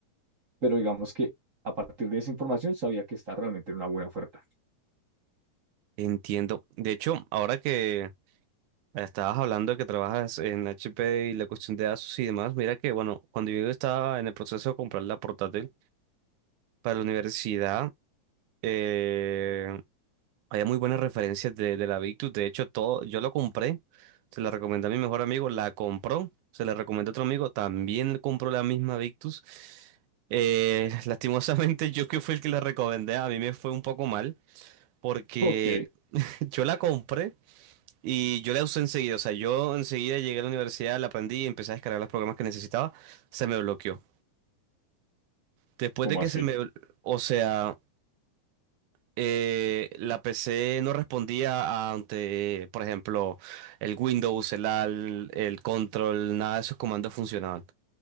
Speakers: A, on the right; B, on the right.
A: pero digamos que a partir de esa información sabía que está realmente en una buena oferta. <laughs>
B: Entiendo. De hecho, ahora que Estabas hablando de que trabajas en HP y la cuestión de ASUS y demás. Mira que, bueno, cuando yo estaba en el proceso de comprar la portátil para la universidad, eh, había muy buenas referencias de, de la Victus. De hecho, todo, yo lo compré, se la recomendé a mi mejor amigo, la compró, se la recomendé a otro amigo, también compró la misma Victus. Eh, <laughs> lastimosamente, yo que fui el que la recomendé, a mí me fue un poco mal porque
A: Ok,
B: <laughs> yo la compré. Y yo la usé enseguida, o sea, yo enseguida llegué a la universidad, la aprendí y empecé a descargar los programas que necesitaba, se me bloqueó. Después
A: ¿cómo
B: de que
A: así?
B: se me, blo- o sea, eh, la PC no respondía ante, por ejemplo, el Windows, el AL, el control, nada de esos comandos funcionaban.